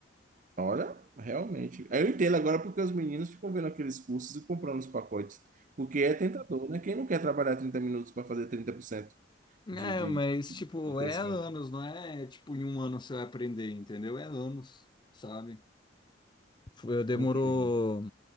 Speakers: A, on the right; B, on the left.
A: Olha, realmente. Eu entendo agora porque os meninos ficam vendo aqueles cursos e comprando os pacotes. Porque é tentador, né? Quem não quer trabalhar 30 minutos para fazer 30%
B: É,
A: de, de,
B: mas tipo,
A: de crescimento.
B: é anos, não é tipo em um ano você vai aprender, entendeu? É anos, sabe? Foi- Demorou
A: Entendi.